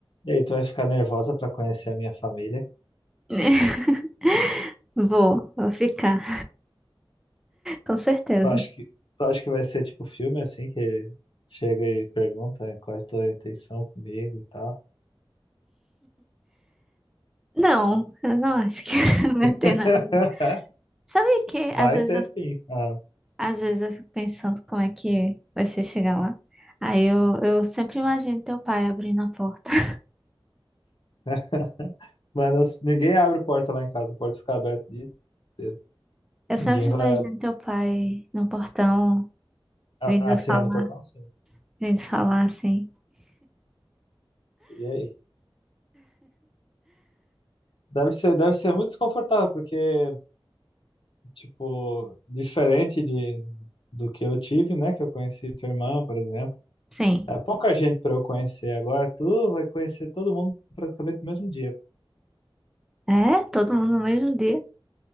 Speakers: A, on the left; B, in the centre.
A: E aí, tu vai ficar nervosa pra conhecer a minha família?
B: <laughs> Vou, vou ficar, com certeza.
A: Tu acha que, tu acha que vai ser tipo filme assim, que chega e pergunta né, qual é a tua intenção comigo e tal?
B: Não, eu não acho que <laughs> vai ter
A: <laughs>
B: nada disso. Sabe que
A: Vai
B: às vezes
A: ter
B: eu,
A: sim. Ah,
B: às vezes eu fico pensando como é que vai ser chegar lá? Aí eu, eu sempre imagino teu pai abrindo a porta. <laughs>
A: <laughs> mas nós- ninguém abre porta lá em casa, a porta fica aberta o dia inteiro.
B: Eu
A: Ninguém
B: sempre
A: vai.
B: imagino
A: ab-
B: teu pai no portão
A: Ah,
B: vindo
A: sim,
B: falar,
A: é no portão sim.
B: vindo falar assim.
A: E aí? Deve ser, deve ser muito desconfortável, porque, tipo, diferente de, do que eu tive, né? Que eu conheci tua irmã, por exemplo.
B: Sim,
A: É pouca gente para eu conhecer agora. Tu vai conhecer todo mundo praticamente no mesmo dia.
B: é? Todo mundo no mesmo dia.